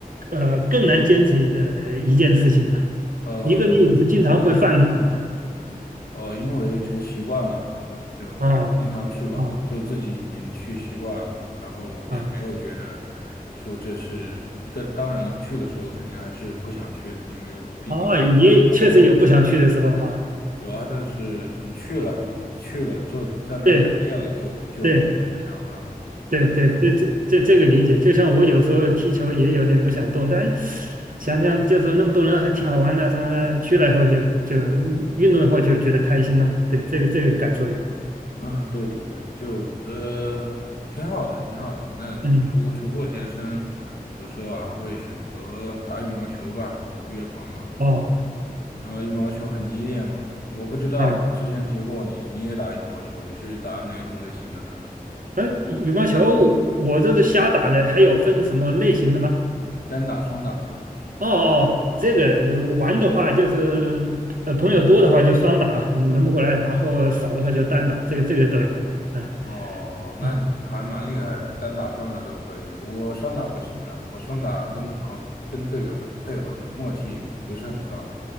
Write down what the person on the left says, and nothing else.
呃
呃，因为成习惯了，嗯，就经常去吧，
就自己已经去习惯了，然后也没有觉得
说这是，这当然去的时候肯定还是不想去的，因为毕竟是自己去照顾。
有啊，但是你去了，你去了，坐在那儿烤练了，
就就没有这种想法了。
所以
啊，对对对，就呃，挺好的，挺好的。那除除过健身，
有时候啊会选择打羽毛球吧，我约朋友。
然后羽毛球很激烈嘛，我不知道之前提过你，
你也打羽毛球，你是打哪种类型的呢？
单打、双打吗？
哦，那你还蛮厉害的，
单打双打都可以。我双打不行的，我双打跟朋跟队友的配合的默契不是很高。